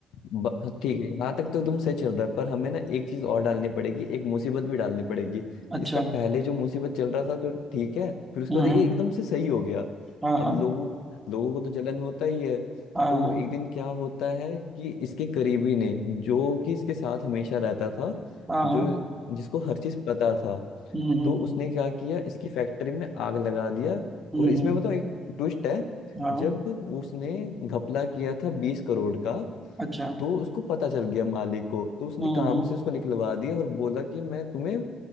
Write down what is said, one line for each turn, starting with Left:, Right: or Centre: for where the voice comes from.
Left: ब- हाँ, ठीक है यहाँ तक तो तुम सही चल रहा है पर हमें ना एक चीज और डालनी पड़ेगी एक मुसीबत भी डालनी पड़ेगी
Right: अच्छा
Left: इसका पहले जो मुसीबत चल रहा था तो ठीक है फिर उसके
Right: हम्म
Left: बाद ये
Right: हम्म
Left: एकदम से सही हो गया
Right: हाँ हाँ
Left: अब लोगों लोगों को तो जलन होता ही है
Right: हाँ
Left: तो
Right: हाँ
Left: एक दिन क्या होता है कि इसके करीबी ने जो कि इसके साथ हमेशा रहता था
Right: हाँ
Left: जो
Right: हाँ
Left: जिसको हर चीज पता था
Right: हम्म हम्म
Left: तो
Right: हम्म
Left: उसने क्या किया इसकी फैक्ट्री में आग लगा दिया
Right: हम्म
Left: और इसमें
Right: हम्म,
Left: बताओ एक ट्विस्ट है
Right: हाँ
Left: जब उसने घपला किया था बीस करोड़ का
Right: अच्छा
Left: तो उसको पता चल गया मालिक को तो उसने
Right: हम्म
Left: काम
Right: हम्म
Left: से उसको निकलवा दिया और बोला कि मैं तुम्हें